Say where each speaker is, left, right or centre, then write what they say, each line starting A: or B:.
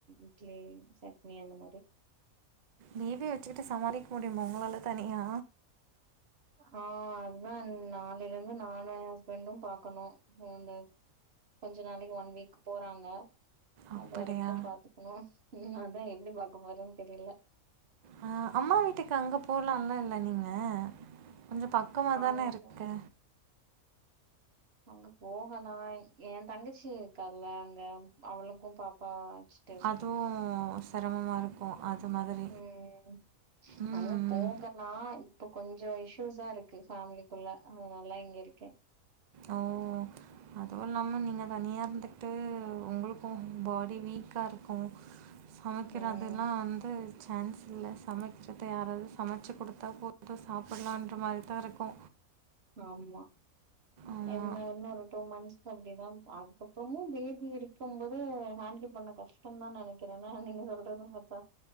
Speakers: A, on the right; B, on the right.
A: இட்லி சட்னி அந்த மாறி
B: பேபி வச்சுக்கிட்டு சமாளிக்க முடியுமா உங்களால தனியா
A: ஆ அதுதா நாளைல இருந்து நானு எ ஹஸ்பண்டு பாக்கணு கொழந்த கொஞ்ச நாளைக்கு ஒன் வீக்கு போறாங்க
B: அப்படியா
A: அது வரைக்கு பாத்து க்கணு ம் அதா எப்டி பாக்க போறேன்னு தெரியல
B: ஆ அம்மா வீட்டுக்கு அங்க போலால இல்ல நீங்க கொஞ்சோ பக் க்கமா
A: அங்க
B: தான இருக்கு
A: அங்க போகலா எ தங்கச்சி இருக்கால்ல அங்க அவளுக்கு பாப்பா ஆச்சு
B: அதுவு சிரமமா இருக்கு அது மாதிரி
A: ம்
B: ம்,
A: அங்க போகலா
B: ம்.
A: இப்ப கொஞ்சோ இஷ்யூஸா இருக்கு ஃபேமிலிக்குள்ள அதுனால இங்க இருக்க
B: ஆ அதுவு இல்லாம நீங்க தனியா இருந்துட்டு உங்ளுக்கு பாடி வீக்காருக்கு சமைக்கிறதுல்லா
A: ம்
B: வந்து சான்ஸ் இல்ல சமச்சிட்டு யாராது சமச்சி குடுத்தா போட்டு சாப்பட்லான்ற மாரிதா இருக்கு
A: ஆமா
B: ஆமா.
A: என்ன இன்னு ஒரு டூ மந்த்ஸ் அப்டிதா அதுக்கப்புறமு பேபி இருக்குபோது ஹேண்டில் பண்ண கஷ்டந்தா நெனக் கிறனா நீங்க சொல்றத பாத்தா